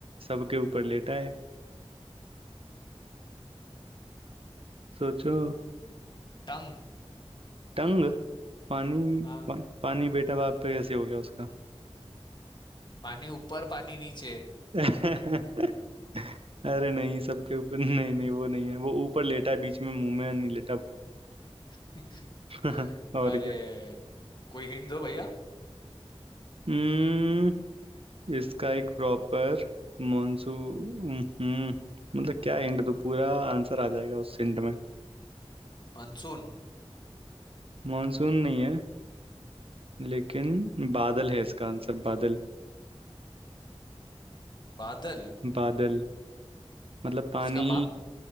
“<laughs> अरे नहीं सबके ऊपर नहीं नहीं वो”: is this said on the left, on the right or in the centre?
Right